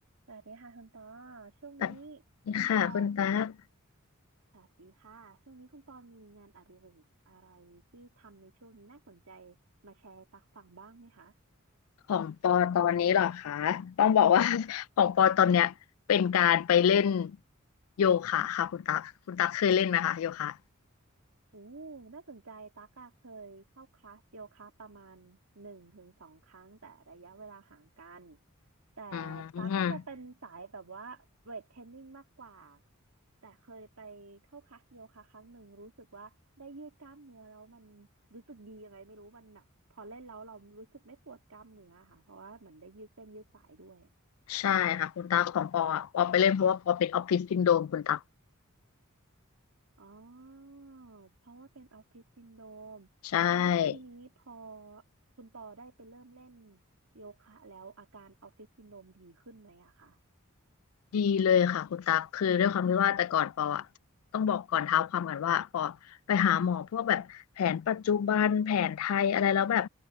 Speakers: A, on the right (about 75°); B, on the left (about 75°).
A: สวัสดีค่ะคุณปอช่วงนี้
B: สวัสดีค่ะคุณตาก
A: คุณปอมีสวัสดีค่ะช่วงนี้คุณปอมีงานอดิเรกอะไรที่ทำในช่วงนี้น่าสนใจมาแชร์ให้ตักฟังบ้างไหมคะ
B: ของปอตอนนี้เหรอคะต้องบอกว่า <laughs> ของปอตอนเนี้ยเป็นการไปเล่นโยคะค่ะคุณตากคุณตากเคยเล่นไหมคะโยคะ
A: โอ้น่าสนใจตั๊กอะเคยเข้าคลาสโยคะประมาณหนึ่งถึงสองครั้งแต่ระยะเวลาห่างกัน แต่
B: อื
A: ตั๊กจะเป็นสายแบบว่าเวทเทรนนิ่งมากกว่า
B: ม
A: แต่เคยไปเข้าคลาสโยคะครั้งหนึ่งรู้สึกว่าได้ยืดกล้ามเนื้อแล้วมันรู้สึกดียังไงไม่รู้มันแบบพอเล่นแล้วเรารู้สึกไม่ปวดกล้ามเนื้อค่ะเพราะว่าเหมือนได้ยืดเส้นยืดสายด้วย
B: ใช่ค่ะคุณตากของปออะปอไปเล่นเพราะว่าปอเป็นออฟฟิศซินโดรมคุณตาก
A: อ๋อ เพราะว่าเป็นออฟฟิศซินโดรมแล้วทีนี้พอ
B: ใช่
A: คุณปอได้ไปเริ่มเล่นโยคะแล้วอาการออฟฟิศซินโดรมดีขึ้นไหมอะคะ
B: ดีเลยค่ะคุณตั๊กคือด้วยความที่ว่าแต่ก่อนปออะต้องบอกก่อนเท้าความก่อนว่าปอไปหาหมอพวกแบบแผนปัจจุบันแผนไทยอะไรแล้วแบบ